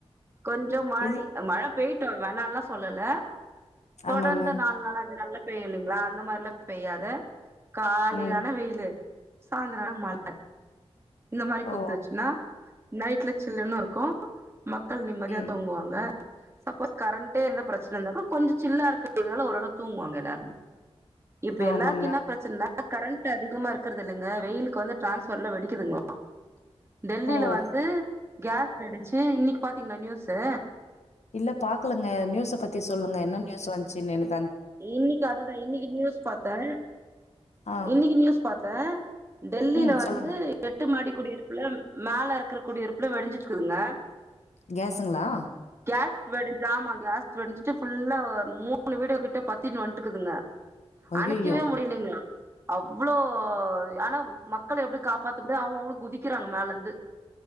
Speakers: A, on the right; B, on the left.
A: கொஞ்சம் மழை
B: இல்லி
A: மழ பெயிட்டும் வேனான்லா சொல்லல தொடர்ந்து
B: ஆமாங்க
A: நாளு நாளா நல்லா பெயும் இல்லைங்களா அந்த மாதிரிலாம் பெய்யாத காலைலான
B: ம்
A: வெயிலு சாய்ந்திரான மழ இந்த மாதிரி குத்துருச்சுன்னா
B: ஓ
A: நைட்ல சில்லன்னுருக்கு மக்கள் நிம்மதியா
B: ம்
A: தூங்குவாங்க சப்போஸ் கரண்டே எந்த பிரச்சன இருந்தா கூட கொஞ்சோ சில்லா இருக்கு இதனால ஓரளவுக்கு தூங்குவாங்க எல்லாருமே இப்ப
B: ஆமாங்க
A: எல்லாருக்கு என்ன பிரச்சன்னா கரண்ட் அதிகமா இருக்கறது இல்லங்க வெயிலுக்கு வந்து டிரான்ஸ்ஃபார்ம்ல வெடிக்குதுங்களா டெல்லில
B: ஓ
A: வந்து கேஸ் வெடுச்சு இன்னிக்கி பாத்தீங்களா நியூஸு
B: இல்ல பாக்கலங்க நியூஸ பத்தி சொல்லுங்க என்ன நியூஸ் வந் சின் எனக்
A: இன்னிக்கி அதுதா இன்னிக்கி நியூஸ் பாத்தே
B: ஆ.
A: இன்னிக்கி நியூஸ் பாத் தே டெல்லில
B: ம்.
A: வந்து
B: சொல்லுங்க.
A: எட்டு மாடி குடியிருப்புல மேலருக்கற குடியிருப்புல வெடிஞ்சிட்ருக்குதுங்க
B: கேஸுங்களா
A: கேஸ் வெடிஞ்சாமாங் கேஸ் வெடிஞ்சிட்டு ஃபுல்லா மூணு வீடுக் ட்ட பத்திட்ன்னு வந்ட்டுக்குதுங்க
B: அய்யய்யோ!
A: அணைக்கேவே முடியலேங்ளா அவ்ளோ ஆனா மக்களை எப்டி காப்பாத்த முடியு அவுங்கவுங்களு குதிக்கிறாங்க மேலந்து